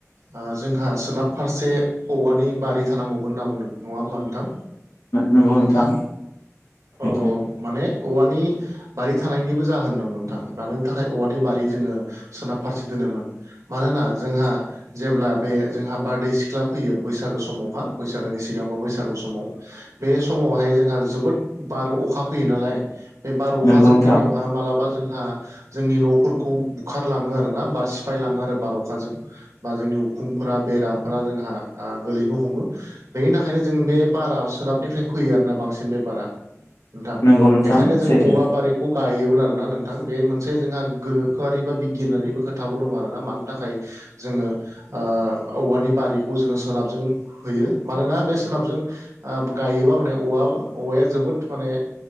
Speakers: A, on the right; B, on the left.
A: ओ जोंहा सोनाब फारसे हौवानि बारि थानांगौमोन होनना बुंदों नङा ओमबा नोंथां
B: नंगौ नोंथां सैथो
A: औ औ माने औवानि बारि थानायनिबो जाहोन दं नोंथां दानि थाखाय औवानि बारि जोङो सोनाब फारसे दोनोमोन मानोना जोंहा जेब्ला बे जोंहा बारदै सिख्ला फैयो बैसागो समावहा बैसागोनि <unintelligible> बा बैसागु समाव बे समावहाय जोंहा जोबोद बार' अखा फैयो नालाय बे बार, अखाजो
B: नंगौ नोंथां
A: फैनायावहा मालाबा जोंहा जोंनि न'फोरखौ बुखारलाङो आरोना बा सिफाय लाङो आरो बार, अखाजों। बा जोंनि उखुमफोरा बेराफोरा जोंहा गोलैनो हमो। बेनि थाखायनो जों बे बारा सोनाबनिफ्राय फैयो आरोना बांसिन बे बारा। नोंथां
B: नंगौ नोंथां
A: बेनिखायनो जों
B: सैथो
A: औवा बारिखौ <unintelligible> गायोमोन आरोना नोंथां। बे मोनसे जोंहा गोनोखोआरि बा बिगियानारिबो खोथाबो दं आरोना मानि थाखाय जोङो ओ औवानि बारिखौ जोङो सोनाबजों होयो मानोना बे सोनाबजों ओ गायोबा माने औवा औवाया जोबोद माने